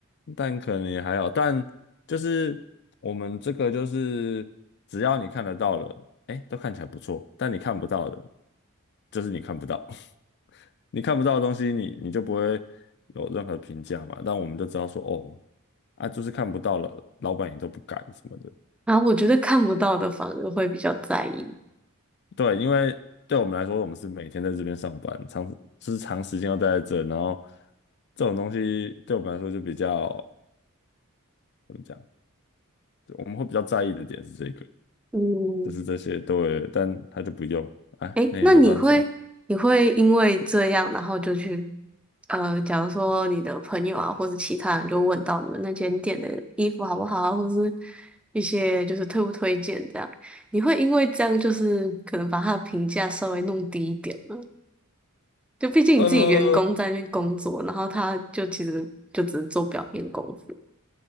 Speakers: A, on the left; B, in the centre.
A: 但可能也还好，但就是我们这个就是只要你看得到了，哎，都看起来不错，但你看不到的，就是你看不到，<laughs> 你看不到的东西你，你就不会有任何评价嘛。但我们就知道说，哦，啊，就是看不到了，老板也都不改什么的。
B: <laughs> 然后我觉得看不到的反而会比较在意。
A: 对，因为对我们来说，我们是每天在这边上班，长就是长时间要待在这，然后这种东西对我们来说就比较怎么讲，我们会比较在意的点是这个，
B: 嗯，
A: 就是这些对，但他就不用，哎，
B: 诶，
A: 那也没办法。
B: 那你会你会因为这样，然后就去，呃，假如说你的朋友啊，或者其他人就问到你们那间店的衣服好不好啊，或是一些就是推不推荐这样，你会因为这样就是可能把他的评价稍微弄低一点吗？就毕竟你自己员工在那边工作，
A: 呃，
B: 然后他就其实就只是做表面功夫，